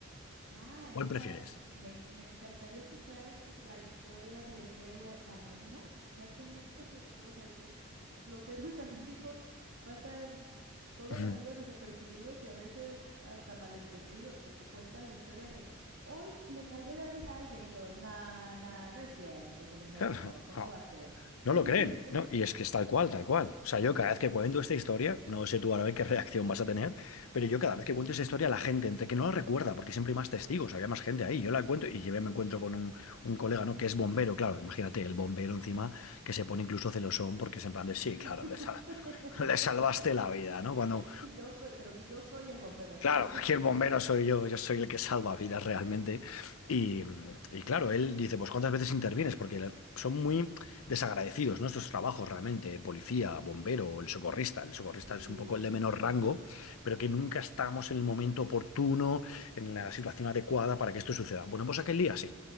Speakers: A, on the right; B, on the left.
A: Ah,
B: ¿Cuál
A: esa,
B: prefieres?
A: me, en- me encantaría escuchar la historia del héroe anónimo, ya que nunca se escucha, los héroes <laughs> anónimos pasan toda
B: <laughs>
A: la vida desapercibidos y a veces hasta malentendidos, porque cuentan la historia de hoy le salvé la vida a alguien y todos, nah, nah, no es cierto, se lo inventó,
B: Claro.
A: ¿cómo
B: ja.
A: va a ser?
B: No
A: Sí,
B: lo creen,
A: entonces,
B: ¿no? Y es que es tal cual, tal cual. O sea, yo cada vez que cuento esta historia, no sé tú ahora qué reacción vas a tener, pero yo cada vez que cuento esta historia, la gente, entre que no la recuerda, porque siempre hay más testigos, había más gente ahí, yo la cuento y yo me encuentro con un, un colega, ¿no? Que es bombero, claro, imagínate, el bombero encima, que se pone incluso celosón porque es en plan de, sí, claro,
A: <laughs>
B: le, sal- <laughs> le salvaste la vida, ¿no? Cuando,
A: yo soy, pero si yo soy el bombero aquí.
B: Claro, aquí el bombero soy yo, yo soy el que salva vidas realmente. Y, y claro,
A: <laughs>
B: él dice, pues ¿cuántas veces intervienes? Porque le- son muy desagradecidos, ¿no? Estos trabajos realmente, policía, bombero o el socorrista. El socorrista
A: sí,
B: es un poco el de
A: sí,
B: menor
A: sí.
B: rango, pero que nunca estamos en el momento oportuno, en la situación adecuada para que esto suceda. Bueno, pues aquel día sí,